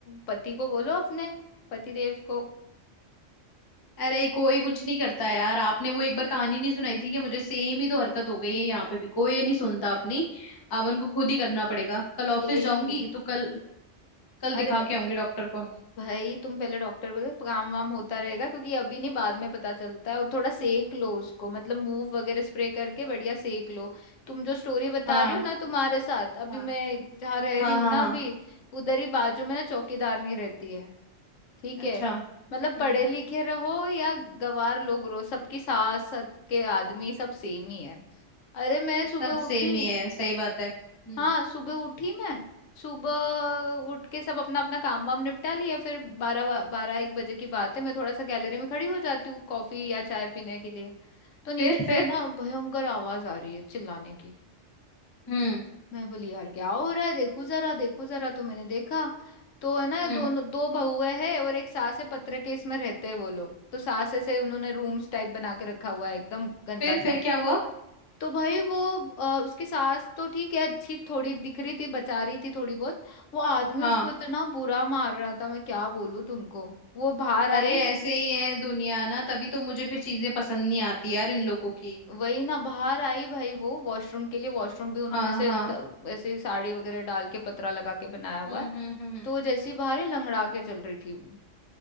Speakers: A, on the left; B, on the left.
A: पति को बोलो अपने पति देव को
B: अरे कोई कुछ नहीं करता यार आपने वो एक बार कहानी नहीं सुनाई थी कि मुझे सेम ही तो हरकत हो गई है यहाँ पे भी कोई ये नहीं सुनता अपनी अब उनको खुद ही करना पड़ेगा कल ऑफिस
A: यही
B: जाऊंगी तो कल कल
A: अरे
B: दिखा के आऊंगी डॉक्टर को
A: भाई तुम पहले डॉक्टर को देखो, काम वाम होता रहेगा क्योंकि अभी नहीं बाद में पता चलता है और थोड़ा सेक लो उसको मतलब मूव वगैरह स्प्रे करके बढ़िया सेक लो तुम जो स्टोरी बता
B: हाँ
A: रही हो ना तुम्हारे साथ अभी
B: हाँ
A: मैं जहाँ रह
B: हाँ
A: रही हूँ
B: हाँ
A: ना
B: हाँ
A: अभी उधर ही बाजू में ना चौकीदारनी रहती है ठीक
B: अच्छा
A: है
B: हम्म
A: मतलब पढ़े लिखे रहो या गवार लोग रहो सबकी सास सबके आदमी सब सेम ही है अरे मैं सुबह
B: सब
A: उठी
B: सेम ही है सही बात है हम्म
A: हाँ सुबह उठी मैं सुबह उठ के सब अपना अपना काम वाम निपटा लिया फिर बारह बारह एक बजे की बात है मैं थोड़ा सा गैलरी में खड़ी हो जाती हूँ कॉफी या चाय पीने के लिए तो नीचे
B: फिर फिर
A: से ना भयंकर आवाज आ रही है चिल्लाने की
B: हम्म
A: मैं बोली यार क्या हो रहा है देखू जरा देखू जरा तो मैंने देखा तो है ना
B: हम्म
A: दोनों दो बहुए हैं और एक सास है पत्र के इसमें रहते हैं वो लोग तो सास ऐसे उन्होंने रूम्स टाइप बना के रखा हुआ है एकदम गंदा
B: फिर
A: सा
B: फिर क्या हुआ
A: तो भाई वो अ, उसकी सास तो ठीक है अच्छी थोड़ी दिख रही थी बचा रही थी थोड़ी बहुत वो आदमी
B: हाँ
A: उसको इतना बुरा मार रहा था मैं क्या बोलूं तुमको वो बाहर
B: अरे
A: आई
B: ऐसे ही है दुनिया ना तभी तो मुझे फिर चीजें पसंद नहीं आती यार इन लोगों की
A: वही ना बाहर आई भाई वो वॉशरूम के लिए वॉशरूम भी उन्होंने
B: हाँ
A: ऐसे
B: हाँ
A: त- ऐसे ही साड़ी वगैरह डाल के पतरा लगा के बनाया हुआ
B: हम्म
A: है
B: हम्म हम्म हम्म।
A: तो वो जैसी बाहर ही लंगड़ा के चल रही थी वो